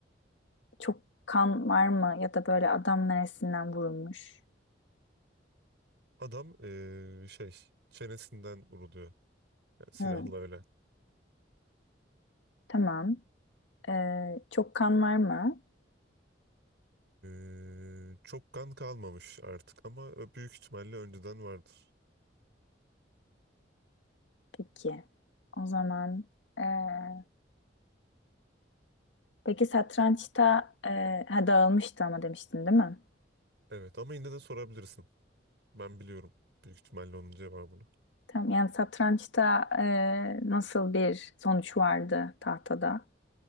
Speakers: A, on the left (about 85°); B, on the right (about 70°).
A: Çok kan var mı ya da böyle adam neresinden vurulmuş?
B: Adam ee, şey çenesinden vuruluyor yani silahla
A: Hı,
B: öyle.
A: tamam. Ee, çok kan var mı?
B: Ee, çok kan kalmamış artık ama büyük ihtimalle önceden vardır.
A: Peki. O zaman ee, peki satrançta ee, ha, dağılmıştı ama demiştin değil mi?
B: Evet ama yine de sorabilirsin. Ben biliyorum büyük ihtimalle onun cevabını.
A: Tamam. Yani satrançta ee, nasıl bir sonuç vardı tahtada?